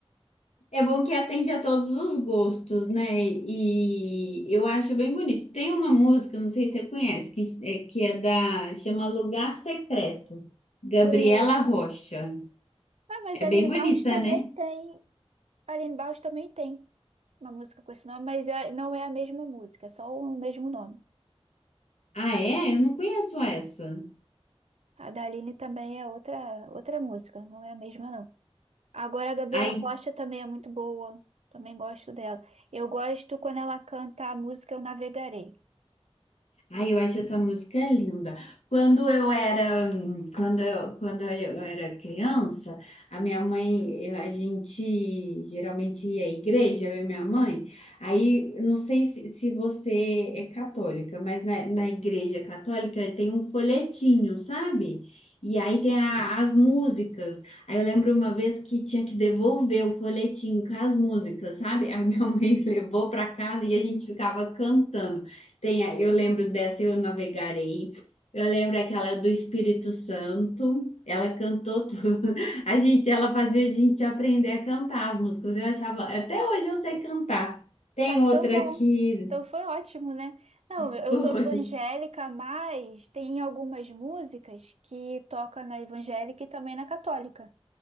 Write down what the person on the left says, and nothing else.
é bom que atende a todos os gostos, né? E eu acho bem bonito. Tem uma música, não sei se você conhece, que é, que é da, chama Lugar Secreto, Gabriela
Rocha.
É
bem bonita,
né?
Ah, é? Eu não conheço essa.
Aí
Ai, eu acho essa música linda. Quando eu era, quando eu, quando eu era criança, a minha mãe, a gente geralmente ia à igreja, eu e minha mãe. Aí, não sei se, se você é católica, mas na, na igreja católica tem um folhetinho, sabe? E aí tem a- as músicas. Aí eu lembro uma vez que tinha que devolver o folhetinho com as músicas, sabe? Aí minha <laughs> mãe levou para casa e a gente ficava cantando. Tem, a- eu lembro dessa, eu navegarei. Eu lembro aquela do Espírito Santo. Ela cantou tudo. <laughs> A gente, ela fazia a gente aprender a cantar as músicas. Eu achava, até hoje eu sei cantar. Tem
outra
que
<laughs>
foi.